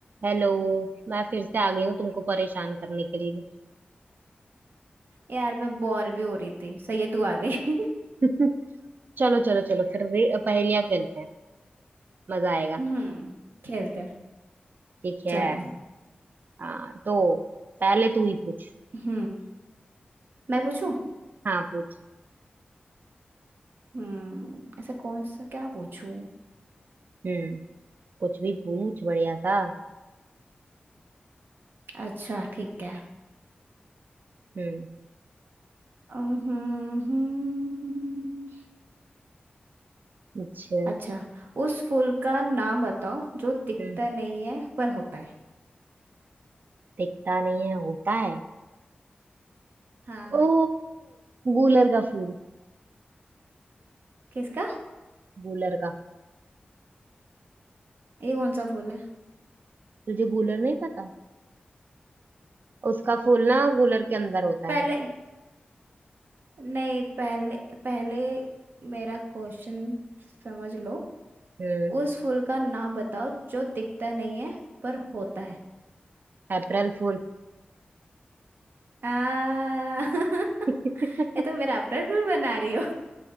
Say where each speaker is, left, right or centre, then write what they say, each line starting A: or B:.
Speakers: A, on the right; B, on the right.
A: Hello मैं फिर से आ गई हूँ तुमको परेशान करने के लिए
B: यार मैं बोर भी हो रही थी सही है तू आ गई <laughs>
A: <laughs> चलो चलो चलो फिर रे- पहेलियाँ खेलते हैं मजा आएगा
B: हम्म खेलते हैं
A: ठीक है
B: चलो
A: हाँ तो पहले तू ही पूछ
B: हम्म मैं पूछूं
A: हाँ पूछ
B: हम्म ऐसा कौन सा क्या पूछूं
A: हम्म कुछ भी पूछ बढ़िया सा
B: अच्छा ठीक है
A: हम्म
B: हम्म हम्म,
A: अच्छा
B: अच्छा उस फूल का नाम बताओ जो दिखता
A: हम्म
B: नहीं है पर होता है
A: दिखता नहीं है होता है
B: हाँ
A: ओ गूलर का फूल
B: किसका
A: गूलर का
B: ये कौन सा फूल है
A: तुझे गूलर नहीं पता उसका फूल ना गूलर के अंदर होता
B: पहले
A: है
B: नहीं पहले पहले मेरा क्वेश्चन समझ लो
A: हम्म
B: उस फूल का नाम बताओ जो दिखता नहीं है पर होता है
A: अप्रैल फूल
B: आ <laughs>
A: <laughs>
B: ये तो मेरा अपना फिल्म बना रही हो